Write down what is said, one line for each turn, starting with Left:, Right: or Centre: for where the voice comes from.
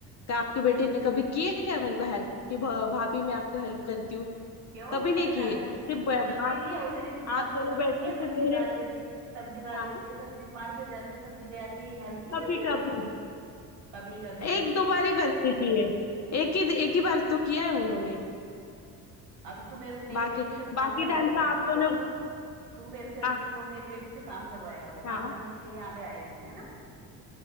Left: क्या आपकी बेटी ने कभी की है क्या मेरे को हेल्प कि भ- भाभी मैं आपको हेल्प करती हूँ
Right: क्यों
Left: कभी
Right: वो
Left: नहीं
Right: तेरे साथ
Left: की है सिर्फ
Right: दे- कि
Left: ब-
Right: करती नहीं है वो तेरे साथ
Left: आप
Right: करवाती
Left: दोनों बैठ
Right: नहीं
Left: के
Right: है
Left: सिर्फ
Right: सब्जी
Left: मेरे
Right: काट देती सब्जी काट
Left: हाँ
Right: देती है सब चीज मार्केट जाती है सब्जी ले आती है ये हेल्प नहीं
Left: कभी
Right: करती है
Left: कभी
Right: तेरी कभी कभी
Left: एक दो बार ही करती थी ये एक ही एक ही बार तो किया है उन्होंने
Right: अब तो तू मेरे को मेरी
Left: बाकी
Right: बेटी से काम
Left: बाकी
Right: करवाएगी
Left: टाइम तो आप दोनों
Right: अब तू तू मेरे से
Left: आ-
Right: तू अब मेरी बेटी से काम करवाएगा वो
Left: हाँ
Right: काम करने के लिए यहाँ पे आएगी है ना